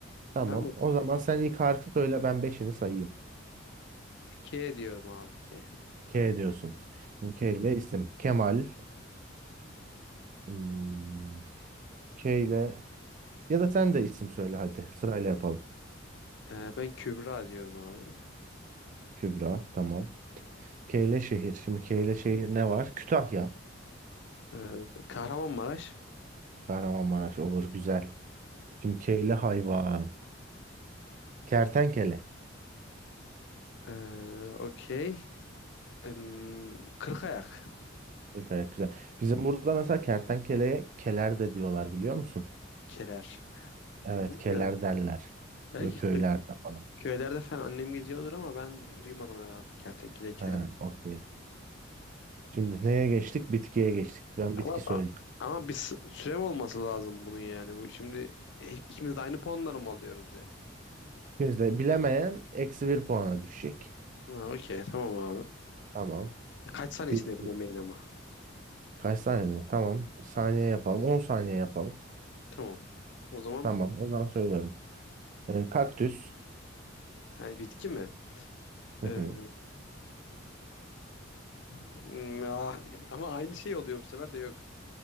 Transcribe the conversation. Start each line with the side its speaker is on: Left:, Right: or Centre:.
Right: Tamam.
Left: Ben mi
Right: O zaman sen ilk harfi söyle ben beşini sayayım.
Left: K diyorum abi K.
Right: K diyorsun. K ile isim. Kemal. Hmm, K ile ya da sen de isim söyle hadi. Sırayla yapalım.
Left: Ee, ben Kübra diyorum abi.
Right: Kübra. Tamam. K ile şehir. Şimdi K ile şehir ne var? Kütahya.
Left: Ee, Kahramanmaraş.
Right: Kahramanmaraş olur güzel. Şimdi K ile hayvan. Kertenkele.
Left: Ee, okey. Em, Kırkayak.
Right: Gayet güzel. Bizim burada mesela kertenkeleye keler de diyorlar biliyor musun?
Left: Keler.
Right: Evet
Left: E, bilmiyorum.
Right: keler derler.
Left: Belki
Right: Böyle köylerde
Left: kö-
Right: falan.
Left: köylerde falan annem gidiyordur ama ben duymadım herhalde kertenkele keler.
Right: Ha, okey. Şimdi neye geçtik? Bitkiye geçtik. Ben bitki
Left: Ama
Right: söyleyeceğim.
Left: ama bir s- sürem olması lazım bunun yani. Bu şimdi e, ikimiz de aynı puanları mı alıyoruz ya?
Right: Şimdi bilemeyen eksi bir puana düşecek.
Left: Ha, okey tamam abi.
Right: Tamam.
Left: Kaç saniye
Right: Bitki.
Left: içinde bilemeyin ama.
Right: Kaç saniye mi? Tamam. Saniye yapalım. 10 saniye yapalım.
Left: Tamam. O zaman
Right: Tamam. O zaman söylüyorum. Ee, kaktüs.
Left: ha, bitki mi?
Right: Hı
Left: Ee,
Right: hı.
Left: Hmm, ah. Ama aynı şey oluyor bu sefer de yok.